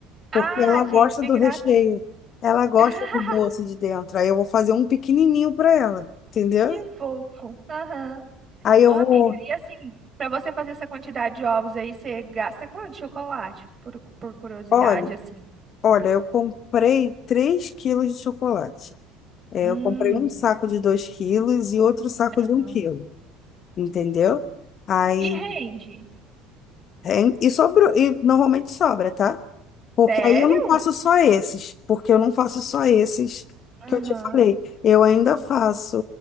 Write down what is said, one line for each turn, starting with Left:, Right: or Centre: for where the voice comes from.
Right: Ah,
Left: Porque ela
Right: gente,
Left: gosta
Right: que
Left: do
Right: gracinha.
Left: recheio, ela gosta
Right: <laughs>
Left: do doce de dentro. Aí eu vou fazer um pequenininho para ela, entendeu?
Right: Que fofo. Aham.
Left: Aí eu
Right: Ô, amiga,
Left: vou.
Right: e assim, pra você fazer essa quantidade de ovos aí, você gasta quanto de chocolate? Por, por curiosidade,
Left: Olha.
Right: assim.
Left: Olha, eu comprei 3 quilos de chocolate. É,
Right: Hum.
Left: eu comprei um saco de 2 quilos e outro saco
Right: Aham.
Left: de um quilo, entendeu? Aí,
Right: E rende?
Left: é, e sobrou, e normalmente sobra, tá? Porque
Right: Sério?
Left: aí eu não faço só esses, porque eu não faço só esses
Right: Aham.
Left: que eu te falei. Eu ainda faço